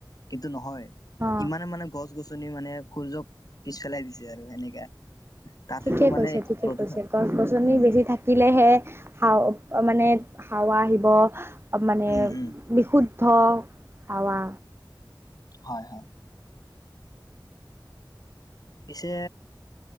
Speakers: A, on the left (about 50°); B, on the right (about 30°).
A: কিন্তু নহয়
B: অ
A: ইমানে মানে গছ গছনি মানে সূৰ্যক পিছপেলাই দিছে আৰু সেনেকা তাতেতো
B: ঠিকে
A: মানে
B: কৈছে
A: একো
B: ঠিকে
A: প্ৰদূষণ
B: কৈছে গছ গছনি
A: উম
B: বেছি থাকিলেহে হাও মানে হাৱা আহিব মানে
A: উম উম
B: বিশুদ্ধ হাৱা
A: হয় হয় পিছে